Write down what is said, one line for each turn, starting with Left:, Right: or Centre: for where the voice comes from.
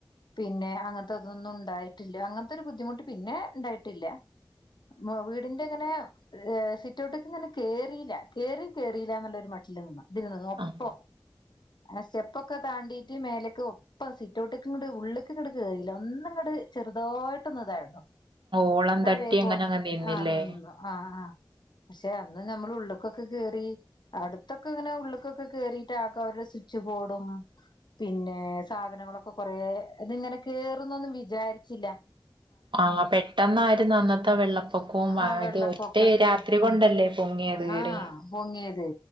Left: പിന്നെ അങ്ങൻത്തെ തൊന്നും ണ്ടായ്ട്ട്ല്ല അങ്ങൻത്താെരു ബുദ്ധിമുട്ട് പിന്നേ ഇണ്ടായ്ട്ടില്ല മൊ വീട്ന്റെങ്ങെനെ സിറ്റൗട്ട്ക്ക്ങ്ങെനെ കേറീല കേറി കേറീലാന്ന്ള്ളാെരു മട്ട്ല് നിന്ന് തിന്‌ന്ന് ഒപ്പം
Right: ആഹ്
Left: ആഹ് സ്റ്റെപ്പൊക്കെ താണ്ടീട്ട് മേലെക്ക് ഒപ്പം സിറ്റൗട്ട്ക്ക്ങ്ങെട് ഉള്ള്ക്ക്ങ്ങെട് കേറീല ഒന്ന്ങ്ങെട് ചെറ്തായിട്ടാെന്ന് തായെതാ
Right: ഓളം
Left: അത്
Right: തട്ടി
Left: അതേ പോ
Right: അങ്ങനങ്ങ് നിന്നില്ലേ
Left: ആഹ് ന്‌ന്നു ആഹ് ആഹ് പക്ഷെ അന്ന് നമ്മള് ഉള്ള്ക്കൊക്കെ കേറി അട്ത്തൊക്കെങ്ങെനെ ഉള്ള്ക്കൊക്കെ കേറീട്ടാക്കവര്ടെ സു ച്ച് ബോഡും പിന്നേ സാധനങ്ങളൊക്കെ കൊറേ അത്ങ്ങെനെ കേറുംന്നൊന്നും വിചാര്ച്ചില്ല
Right: ആഹ് പെട്ടെന്നായ്ര്ന്നു അന്നത്തെ വെള്ളപ്പൊക്കോം
Left: ആഹ്
Right: അതായെത്
Left: വെള്ളപ്പൊക്കൊക്കെ
Right: ഒറ്റേ രാത്രി കൊണ്ടല്ലേ പൊങ്ങിയത്
Left: ആഹ്
Right: കേറി
Left: പൊങ്ങിയെത്